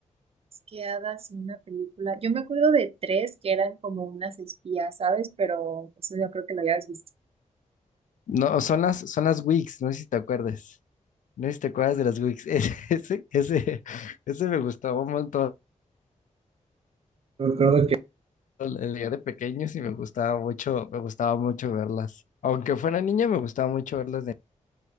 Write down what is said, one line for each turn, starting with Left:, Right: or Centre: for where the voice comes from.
Right: es que hadas en una película. Yo me acuerdo de tres que eran como unas espías, ¿sabes? Pero eso yo creo que lo habías visto.
Left: No, son las, son las Wigs, no sé si te acuerdas. No sé si te acuerdas de las Wigs. <laughs> Ese, ese, ese, ese me gustaba un montón.
Right: Recuerdo
Left: El día de pequeños y me gustaba mucho, me gustaba mucho verlas. Aunque fuera niña, me gustaba mucho verlas